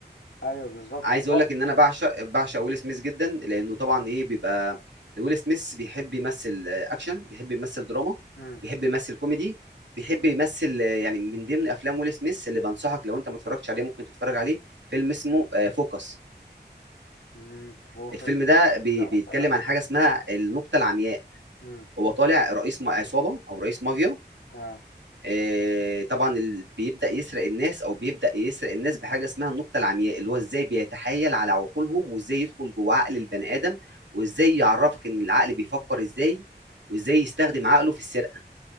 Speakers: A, on the left; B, on the right.
A: ايوه بالظبط
B: عايز
A: بس هو
B: اقول لك ان انا بعشق بعشق ويل سميث جدا لانه طبعا ايه بيبقى ويل سميث بيحب يمثل آه، اكشن بيحب يمثل دراما
A: امم
B: بيحب يمثل كوميدي بيحب يمثل آه، يعني من ضمن افلام ويل سميث اللي بنصحك لو انت ما اتفرجتش عليه ممكن تتفرج عليه فيلم اسمه آه، فوكس
A: أمم، فوكس
B: الفيلم ده بي-
A: فوكس
B: بيتكلم
A: اتفرج
B: عن حاجه اسمها النقطه العمياء
A: امم
B: هو طالع رئيس م- عصابه او رئيس مافيا
A: اه
B: آه، طبعا اللي بيبدأ يسرق الناس او بيبدأ يسرق الناس بحاجة اسمها النقطة العمياء اللي هو ازاي بيتحايل على عقولهم وازاي يدخل جوه عقل البني آدم وازاي يعرفك ان العقل بيفكر ازاي وازاي يستخدم عقله في السرقة